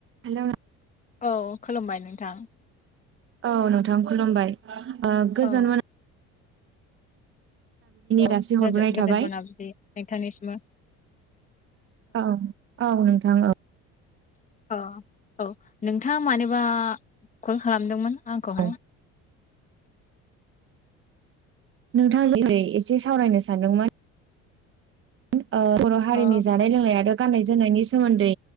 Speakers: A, on the right; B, on the left.
A: Hello नों
B: औ खुलुमबाय नोंथां।
A: औ नोंथां खुलुमबाय ओ गोजोन
B: औ
A: मोना
B: औ
A: जासिहरग्रोनाय
B: नोजोर
A: थाबाय
B: गोजोन मोनाबदि नोंथांनिसिमबो।
A: औ औ नोंथां औ।
B: अ औ नोंथाङा मानोबा कल खालामदोंमोन? आंखौहाय।
A: औ नोंथाङा जेरै एसे सावरायनो सानदोंमोन ओ बर' हारिनि
B: अ
A: जानाय लोंनायाथ' आरो गाननाय जोमनायनि सोमोन्दै